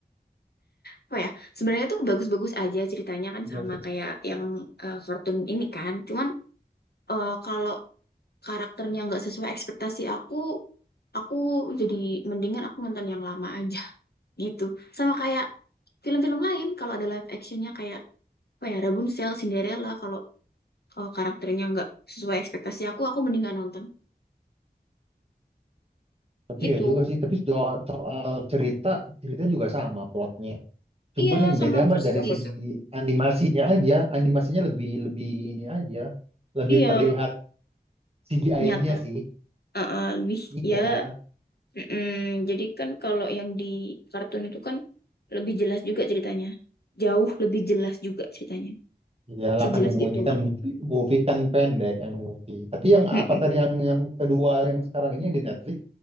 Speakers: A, on the left (about 70°); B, on the right (about 35°).
A: Apa ya? Sebenarnya tuh bagus-bagus aja ceritanya kan
B: Juga
A: sama
B: seru.
A: kayak yang eh, kartun ini kan. Cuman eh, kalau karakternya nggak sesuai ekspektasi aku, aku jadi mendingan aku nonton yang lama aja <laughs> gitu sama kayak film-film lain kalau ada live actionnya kayak apa ya Rapunzel Cinderella kalau kalau karakternya nggak sesuai ekspektasi aku aku mendingan nonton
B: Tapi
A: gitu
B: ya juga sih, tapi soal, soal cerita, cerita juga sama plotnya. Cuman
A: iya
B: yang
A: sama
B: beda
A: persis
B: mah dari segi animasinya aja, animasinya lebih lebih ini aja, lebih
A: iya
B: terlihat CGI-nya
A: nyata
B: sih.
A: Uh-uh, lebih
B: Iya.
A: ya mm-mm. jadi kan kalau yang di kartun itu kan lebih jelas juga ceritanya jauh lebih jelas juga ceritanya
B: Iyalah
A: sejelas
B: kan mu-
A: itu
B: ini kan
A: malah
B: movie, movie kan pendek yang movie. Tapi yang
A: Mm-mm,
B: Avatar yang yang kedua yang sekarang ini yang di Netflix